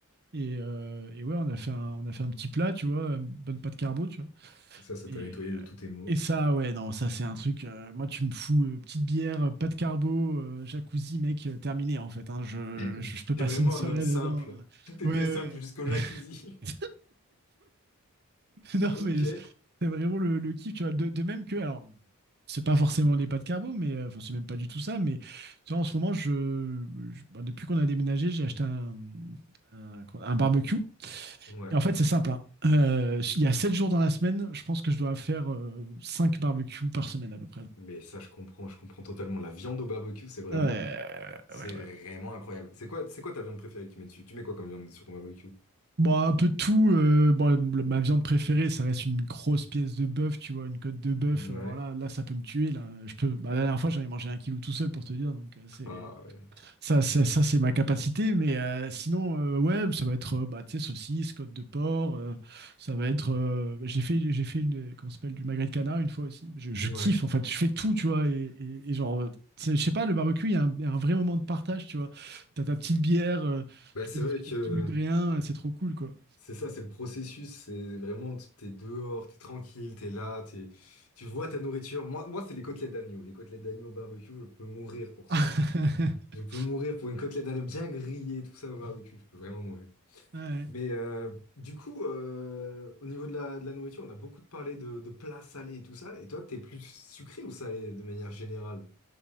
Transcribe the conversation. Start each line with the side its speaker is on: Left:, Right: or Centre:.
Right: Et, euh, et ouais, on a fait un, on a fait un petit plat, tu vois, une bonne pâte carbo, tu vois.
Left: Ça, ça
Right: Et,
Left: t'a nettoyé de tous tes maux.
Right: et ça, ouais, non, ça c'est un truc. euh, moi, tu me fous euh, petite bière, euh, pâte carbo, euh, jacuzzi, mec, euh, terminé en fait. hein. je,
Left: <laughs>
Right: je, je peux
Left: T'es
Right: passer
Left: vraiment
Right: une soirée
Left: un homme simple.
Right: dedans.
Left: Tout était
Right: euh. Ouais,
Left: simple jusqu'au
Right: ouais.
Left: jacuzzi.
Right: <laughs>
Left: <laughs>
Right: Non,
Left: Ok.
Right: mais c'est vraiment le, le kiff, tu vois. De, de même que, alors, c'est pas forcément des pâtes carbo, mais euh, enfin, c'est même pas du tout ça. Mais tu vois, en ce moment, je, je- bah, depuis qu'on a déménagé, j'ai acheté un, un, un barbecue.
Left: Ouais.
Right: Et en fait, c'est sympa. Euh, Il y a 7 jours dans la semaine, je pense que je dois faire euh, 5 barbecues par semaine à peu près.
Left: Mais ça, je comprends, je comprends totalement. La viande au barbecue, c'est vraiment.
Right: Ouais,
Left: C'est
Right: ouais, ouais.
Left: vraiment incroyable. C'est quoi, c'est quoi ta viande préférée que tu mets dessus? Tu mets quoi comme viande sur ton barbecue?
Right: Bon, un peu de tout. euh, bon, le- ma viande préférée, ça reste une grosse pièce de bœuf, tu vois, une côte de bœuf.
Left: Ouais.
Right: Alors là, là, ça peut me tuer. Là, je peux. bah, la dernière fois, j'en ai mangé un kilo tout seul pour te dire. Donc, euh, c'est
Left: Ah ouais.
Right: Ça, ça, ça, c'est ma capacité, mais euh, sinon, euh, ouais, ça va être, euh, bah, tu sais, saucisse, côte de porc, euh, ça va être, euh, bah, j'ai fait, j'ai fait une, comment ça s'appelle, du magret de canard une fois aussi. Je, je
Left: Ouais.
Right: kiffe, en fait, je fais tout, tu vois, et, et- et genre, euh, tu sais, je sais pas, le barbecue, il y a un, il y a un vrai moment de partage, tu vois. T'as ta petite bière, euh,
Left: Bah
Right: tu
Left: c'est
Right: peux discuter
Left: vrai que
Right: de tout et de rien, c'est trop cool, quoi.
Left: c'est ça, c'est le processus. C'est vraiment, t- t'es dehors, t'es tranquille, t'es là, t'es, tu vois ta nourriture. Moi, moi c'est les côtelettes d'agneau. Les côtelettes d'agneau au barbecue, je peux mourir pour
Right: <laughs>
Left: ça. Je peux mourir pour une côtelette d'agneau bien grillée, tout ça au barbecue. Je peux vraiment mourir.
Right: Ouais.
Left: Mais euh, du coup, euh, au niveau de la, de la nourriture, on a beaucoup parlé de, de plats salés et tout ça. Et toi, t'es plus sucré ou salé de manière générale?